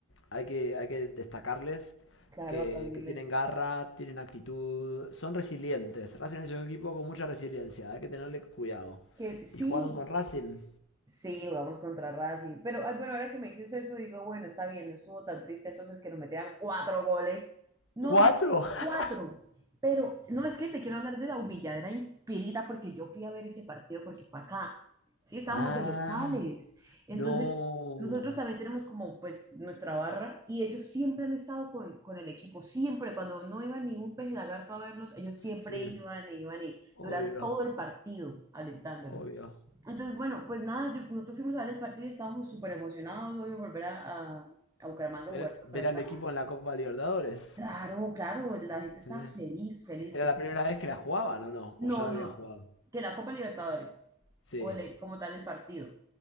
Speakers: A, on the left; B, on the right.
A: hay que, hay que destacarles
B: Claro,
A: que,
B: aplaudirles.
A: que tienen garra, tienen actitud, son resilientes. Racing es un equipo con mucha resiliencia, hay que tenerle cuidado.
B: Que
A: Y
B: sí,
A: jugaron con Racing.
B: Sí, jugamos contra Racing. Pero ay, bueno, ahora que me dices eso, digo, bueno, está bien, no estuvo tan triste entonces que nos metieran cuatro goles. No,
A: ¿Cuatro?
B: di- cuatro.
A: <laughs>
B: Pero no es que te quiero hablar de la humilladera infinita porque yo fui a ver ese partido porque fue acá. Sí, estábamos
A: Ah,
B: de locales. Entonces,
A: no.
B: nosotros también tenemos como pues nuestra barra y ellos siempre han estado con, con el equipo, siempre. Cuando no iba ni un peje lagarto a verlos, ellos siempre
A: Sí,
B: iban e iban y
A: obvio,
B: duran todo el partido alentándolos.
A: obvio.
B: Entonces, bueno, pues nada, yo, nosotros fuimos a ver el partido y estábamos súper emocionados, obvio, volver a, a, a Bucaramanga
A: Ver,
B: a jugar contra
A: ver
B: el
A: al
B: Bra-
A: equipo en la Copa Libertadores.
B: Claro, claro, la gente estaba
A: Eh,
B: feliz, feliz,
A: ¿Era
B: feliz.
A: la primera vez que la jugaban o no?
B: No,
A: ¿O ya la
B: no,
A: habían jugado?
B: que la Copa Libertadores,
A: Sí.
B: o el- como tal el partido.